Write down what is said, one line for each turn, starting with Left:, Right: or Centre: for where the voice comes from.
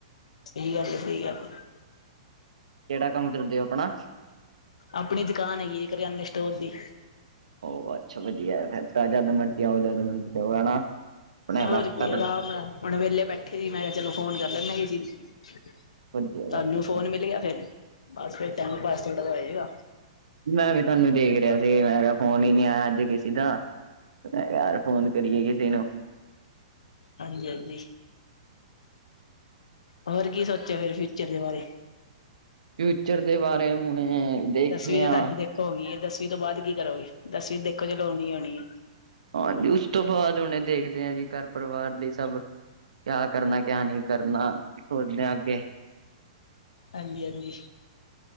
Left: ਸਹੀ ਗੱਲ ਐ, ਸਹੀ ਗੱਲ ਐ
Right: ਕਿਹੜਾ ਕੰਮ ਕਰਦੇ ਹੋ? ਆਪਣਾ
Left: ਆਪਣੀ ਦੁਕਾਨ ਹੈਗੀ ਆ ਜੀ ਕਰਿਆਨੇ ਸਟੋਰ ਦੀ।
Right: ਉਹ ਅੱਛਾ ਵਧੀਆ ਫੇਰ ਤਾਂ ਜਦ ਮਰਜ਼ੀ ਆਓ ਜਦ ਮਰਜ਼ੀ ਜਾਓ ਹਨਾ ਆਪਣੇ
Left: ਹੋਰ
Right: ਇਲਾਕਾ
Left: ਕਿ ਅਰਾਮ ਨਾਲ ਹੁਣ ਵੇਹਲੇ ਬੈਠੇ ਦੀ ਮੈਂ ਕਿਹਾ ਚਲੋ ਫੋਨ ਕਰ ਲੈਣੇ ਆ ਕਿਸੀ ਨੂੰ
Right: ਵਧੀਆ
Left: ਤੁਹਾਨੂੰ
Right: ਗੱਲ ਹੈ
Left: ਫੋਨ
Right: ਜੀ।
Left: ਮਿਲ ਗਿਆ ਫੇਰ ਬਸ ਫੇਰ ਟਾਈਮ ਪਾਸ ਥੋੜਾ ਜਾ ਹੋਏਗਾ
Right: ਮੈਂ ਵੀ ਤੁਹਾਨੂੰ ਦੇਖ ਰਿਹਾ ਸੀ ਮੈਂ ਕਿਹਾ ਫੋਨ ਹੀ ਨੀ ਆਇਆ ਅੱਜ ਕਿਸੀ ਦਾ ਮੈਂ ਕਿਹਾ ਯਾਰ ਫੋਨ ਕਰੀਏ ਕਿਸੇ ਨੂੰ
Left: ਹਾਂਜੀ, ਹਾਂਜੀ ਹੋਰ ਕੀ ਸੋਚਿਆ ਫੇਰ ਫਿਊਚਰ ਦੇ ਬਾਰੇ
Right: ਫਿਊਚਰ ਦੇ ਬਾਰੇ ਹੁਣੇ ਦੇਖਣੇ
Left: ਦਸਵੀਂ ਤੇ
Right: ਆ
Left: ਤੁਹਾਡੀ ਦੇਖੋਗੀ ਹੋ ਗਈ ਐ ਦਸਵੀਂ ਤੋਂ ਬਾਅਦ ਕੀ ਕਰੋਗੇ ਦਸਵੀਂ ਦੇਖੋ ਚਲੋ ਹੋਣੀ ਹੀ ਹੋਣੀ ਐ।
Right: ਹਾਂਜੀ, ਉਸ ਤੋਂ ਬਾਅਦ ਹੁਣੇ ਦੇਖਦੇ ਆ ਜੀ ਘਰ ਪਰਿਵਾਰ ਲਈ ਸਭ ਕਿਆ ਕਰਨਾ, ਕਿਆ ਨਹੀਂ ਕਰਨਾ ਸੋਚਦੇ ਆ ਅੱਗੇ
Left: ਹਾਂਜੀ, ਹਾਂਜੀ